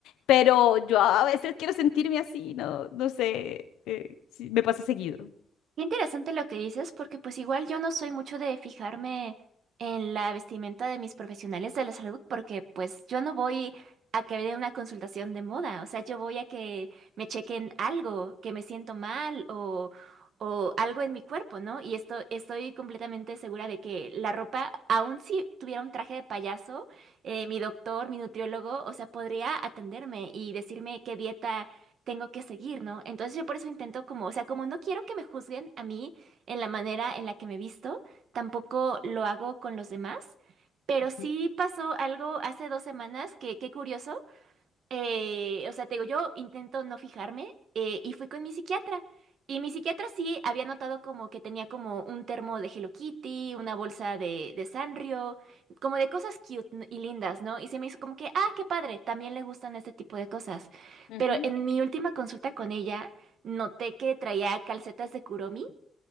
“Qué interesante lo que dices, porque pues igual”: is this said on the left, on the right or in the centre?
Right